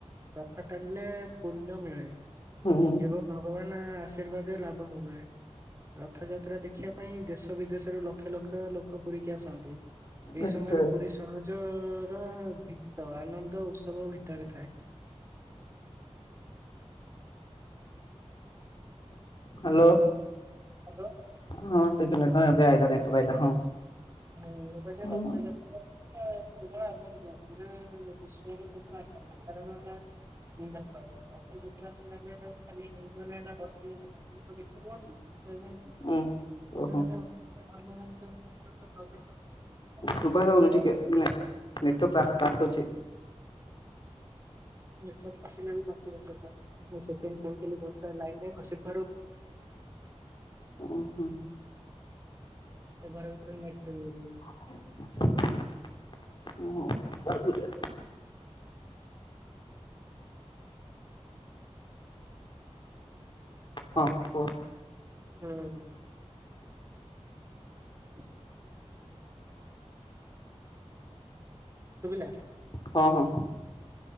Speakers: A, on the right; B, on the left.
A: ରଥ ଟାଣିଲେ ପୁଣ୍ୟ ମିଳେ
B: ହୁଁ
A: ଏବଂ ଭଗବାନ ଆଶୀର୍ବାଦ ଲାଭ ହୁଏ। ରଥଯାତ୍ରା ଦେଖିବା ପାଇଁ ଦେଶ ବିଦେଶରୁ ଲକ୍ଷ ଲକ୍ଷ ଲୋକ ପୁରୀକି ଆସନ୍ତି। ଏଇ
B: ଏତେ
A: ସମୟରେ ପୁରୀ ସହଜର ଭିତ ଆନନ୍ଦ ଉତ୍ସବ ଭିତରେ ଥାଏ। <inaudible>
B: ହାଲୋ।
A: ହାଲୋ।
B: ହଁ ଟିକେ ନେଟ ଏବେ ଆଇଲା ନେଟୱର୍କ ଆଇଲା।
A: ହୁଁ ମୁଁ କହିଲି
B: ହୁଁ
A: ରଥଯାତ୍ରା କେବଳ ଆମର ନୁହଁ ପୁରା ବିଶ୍ଵର ଲୋକ ଆସାନ୍ତି କାରଣ ହେଲା। <inaudible> ଦେଖିବାକୁ ଅଛି <unintelligible>
B: ହୁଁ
A: ଅନ୍ୟମାନେ
B: ଓହୋ
A: ଧର୍ମ ମାଗିଛନ୍ତି ତାଙ୍କ <inaudible>
B: ଶୁଭା ଯାଉନି ଟିକେ <unintelligible> କାଟୁଛି।
A: ନେଟୱାର୍କ ଆସିଲାନି କଟିବ ସେଇଟା ମୁଁ ସେଇଥିପାଇଁ କହୁଥିଲି ସେ ଲାଇ ନାଇଁ ଖସି
B: ଉଁ ହୁଁ।
A: ସେ ଘର ଭିତରେ ନେଟ ପାଇବ ବୁଲି।
B: <inaudible> ହଁ କୁହ।
A: ହୁଁ। <inaudible> ସୁୁଭିଲା?
B: ହଁ ହଁ।